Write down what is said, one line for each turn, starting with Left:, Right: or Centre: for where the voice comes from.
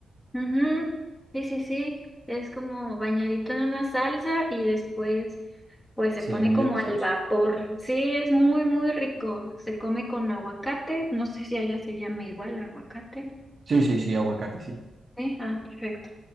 Left: Ujú, Sí, sí, sí, es como bañadito en una salsa y después pues
Right: Se
Left: se pone
Right: ve muy
Left: como
Right: delicioso.
Left: al vapor. Sí, es muy, muy rico. Se come con aguacate, no sé si allá se llama igual aguacate.
Right: Sí, sí, sí, aguacate, sí.
Left: Sí, ah, perfecto.